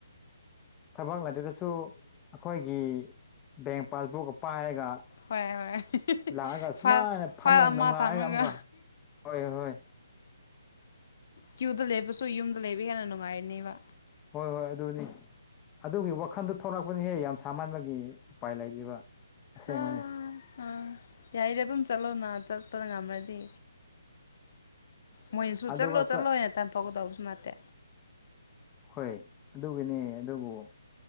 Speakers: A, on the left; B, on the left.
A: ꯊꯕꯛ ꯂꯩꯗ꯭ꯔꯒꯁꯨ ꯑꯩꯈꯣꯏꯒꯤ ꯕꯦꯡ ꯄꯥꯁꯕꯨꯛꯀ ꯄꯥꯏꯔꯒ
B: ꯍꯣꯏ ꯍꯣꯏ
A: ꯂꯥꯛꯑꯒ ꯁꯨꯃꯥꯏꯅ
B: ꯐꯥꯏꯜ
A: ꯐꯝꯂ
B: ꯐꯥꯏꯜ ꯑꯃ
A: ꯅꯨꯡꯉꯥꯏꯔꯒ
B: ꯊꯝꯔꯒ
A: ꯑꯃꯨꯛꯀ ꯍꯣꯏ ꯍꯣꯏ
B: ꯀ꯭ꯌꯨꯗ ꯂꯦꯞꯔꯁꯨ ꯌꯨꯝꯗ ꯂꯩꯕ ꯍꯦꯟꯅ ꯅꯨꯡꯉꯥꯏꯔꯅꯦꯕ
A: ꯍꯣꯏ ꯍꯣꯏ ꯑꯗꯨꯅꯤ ꯑꯗꯨꯒꯤ ꯋꯥꯈꯟꯗꯣ ꯊꯣꯛꯂꯛꯄꯅꯤꯍꯦ ꯌꯥꯝ ꯁꯥꯃꯟꯕꯒꯤ ꯎꯄꯥꯏ ꯂꯩꯗꯔ꯭ꯤꯕ ꯑꯁꯦꯡꯕꯅꯤ
B: ꯑꯥ ꯑꯥ ꯌꯥꯏꯗ ꯑꯗꯨꯝ ꯆꯠꯂꯣꯅ ꯆꯠꯄꯗ ꯉꯝꯔꯗꯤ ꯃꯣꯏꯅꯁꯨ
A: ꯑꯗꯨꯒ
B: ꯆꯠꯂꯣ ꯆꯠꯂꯣ
A: ꯆꯠ
B: ꯍꯥꯏꯅ ꯇꯥꯟꯊꯣꯛꯀꯗꯧꯕꯁꯨ ꯅꯠꯇꯦ
A: ꯍꯣꯏ ꯑꯗꯨꯒꯤꯅꯦ ꯑꯗꯨꯕꯨ